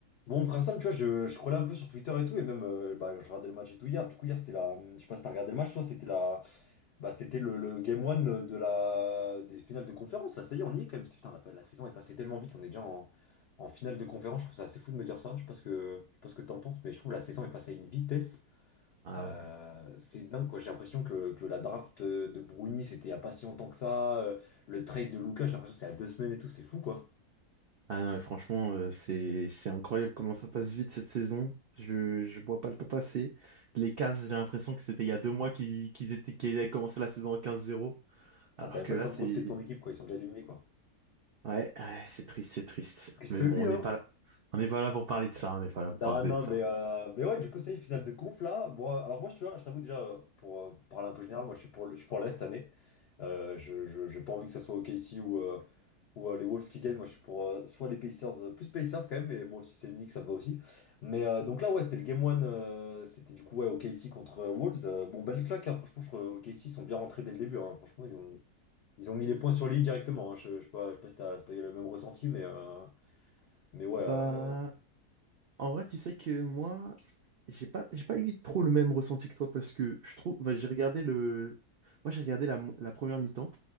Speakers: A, on the left; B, on the right.
A: Bon, frère Sam, tu vois, je, je scrollais un peu sur Twitter et tout, et même, euh, bah, je regardais le match et tout hier. Du coup, hier, c'était la. Je sais pas si t'as regardé le match, toi, c'était la. Bah, c'était le, le game one de la... des finales de conférence. Là, ça y est, on y est quand même. C'est- Putain, la, la saison est passée tellement vite, on est déjà en, en finale de conférence. Je trouve ça assez fou de me dire ça. Je sais pas ce que, je sais pas ce que t'en penses, mais je trouve la saison est passée à une vitesse.
B: Ah
A: Euh,
B: ouais.
A: c'est dingue, quoi. J'ai l'impression que, que la draft euh, de Bruni, c'était il y a pas si longtemps que ça. Euh, Le trade de Lucas, j'ai l'impression que c'est à deux semaines et tout, c'est fou, quoi.
B: Ah non, franchement, euh, c'est c'est incroyable comment ça passe vite cette saison. Je je vois pas le temps passer. Les Cavs, j'ai l'impression que c'était il y a deux mois qu'ils qu'ils étaient qu'ils avaient commencé la saison en quinze zéro,
A: Putain,
B: alors
A: T'as même
B: que
A: pas
B: là
A: le temps
B: c'est
A: de profiter de ton équipe, quoi. Ils sont déjà éliminés, quoi.
B: ouais, ouais, c'est triste, c'est triste.
A: Triste
B: Mais bon,
A: vie,
B: on
A: hein.
B: n'est pas là. On n'est pas là pour parler de ça, on n'est pas là pour parler
A: Non, non,
B: de ça.
A: mais, euh, mais ouais, du coup, ça y est, finale de conf là. Bon, euh, alors moi, tu vois, je t'avoue déjà, euh, pour euh, parler un peu général, moi, je suis pour, le- je suis pour l'Est cette année. Euh, je, je- j'ai pas envie que ça soit OKC ou, euh, ou euh, les Wolves qui gagnent. Moi, je suis pour euh, soit les Pacers, euh, plus Pacers quand même, mais bon, si c'est le Knicks, ça me va aussi. Mais euh, donc là, ouais, c'était le Game one euh, c'était du coup, ouais, OKC contre euh, Wolves. Euh, bon, belle claque, hein, franchement, je trouve euh, OKC ils sont bien rentrés dès le début. hein. franchement, ils ont, ils ont mis les points sur les i directement. hein. je, je sais pas, je sais pas si t'as, si t'as eu le même ressenti, mais, euh, mais ouais,
B: Bah,
A: euh,
B: en vrai, tu sais que moi, j'ai pas j'ai pas eu trop le même ressenti que toi parce que je trouve bah, j'ai regardé le moi j'ai regardé la mo- la première mi-temps